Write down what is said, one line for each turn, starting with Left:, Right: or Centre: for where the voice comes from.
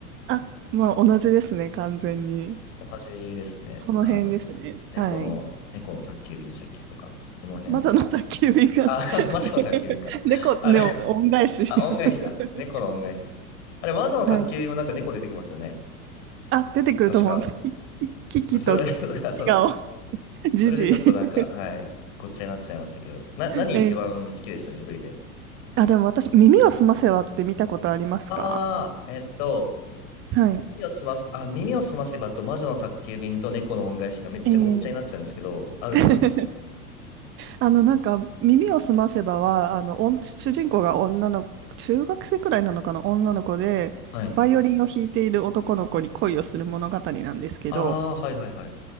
Right: あ、まあ同じですね、完全に。
Left: 同じですね。
Right: その辺ですね。
Left: あの、猫の、
Right: はい。
Left: 猫の宅急便でしたっけとか、その辺。
Right: 魔女の宅急便が
Left: あ、
Right: <laughs>
Left: <laughs> マジの宅急便か。
Right: 猫ね、
Left: あ、
Right: 恩返しです。
Left: あ、恩返しだ。
Right: <laughs>
Left: 猫の恩返しです。あれ、魔女の宅急便もなんか猫出てきますよね。
Right: はい。あ、出てくると思います。
Left: 確か。
Right: キキキキと
Left: あそれ、<laughs> そうだ。
Right: キガオ、ジジイ。
Left: それでちょっとなんか、はい、ごっちゃになっちゃいましたけど。な、何一番好きでしたジブリで。
Right: <laughs> ええあ、でも私、耳をすませばって見たことありますか
Left: ああ、えっと、
Right: はい。
Left: 耳をすませ、あ、耳をすませばと魔女の宅急便と猫の恩返しがめっちゃごっちゃになっちゃうんですけど、
Right: ええ
Left: あると思います。
Right: <laughs> あの、なんか、耳をすませばは、あの、おん主人公が女の、中学生くらいなのかな、女の子で、
Left: はい。
Right: バイオリンを弾いている男の子に恋をする物語なんですけど、
Left: ああ、はいはいはい。